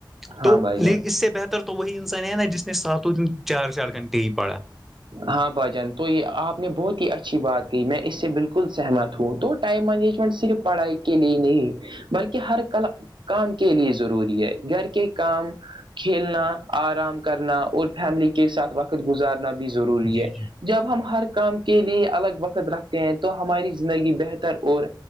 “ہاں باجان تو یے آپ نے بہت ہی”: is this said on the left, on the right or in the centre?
Right